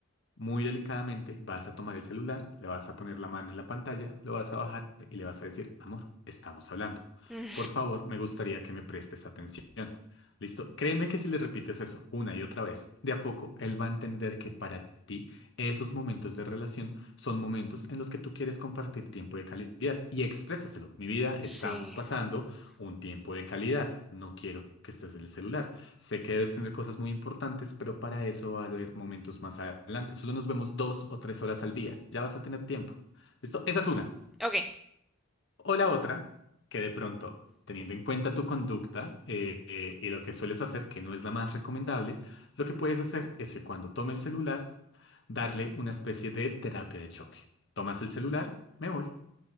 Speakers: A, on the left (about 60°); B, in the centre.
A: muy delicadamente vas a tomar el celular, le vas a poner la mano en la pantalla, lo vas a bajar y le vas a decir, amor, estamos hablando.
B: Mm,
A: Por favor, me gustaría que me prestes atención. ¿Listo? Créeme que si le repites eso una y otra vez, de a poco él va a entender que para ti esos momentos de relación son momentos en los que tú quieres compartir tiempo de calidad y exprésaselo. Mi vida,
B: Sí,
A: estamos pasando un tiempo de calidad. No quiero que estés en el celular. Sé que debes tener cosas muy importantes, pero para eso va a haber momentos más adelante. Solo nos vemos dos o tres horas al día. Ya vas a tener tiempo. ¿Listo? Esa es una.
B: ok.
A: O la otra, que de pronto, teniendo en cuenta tu conducta eh, eh, y lo que sueles hacer, que no es la más recomendable, lo que puedes hacer es que cuando tome el celular, darle una especie de terapia de choque. Tomas el celular, me voy.